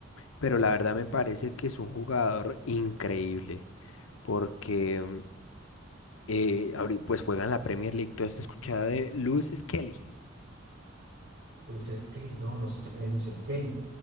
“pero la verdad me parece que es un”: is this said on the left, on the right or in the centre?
Left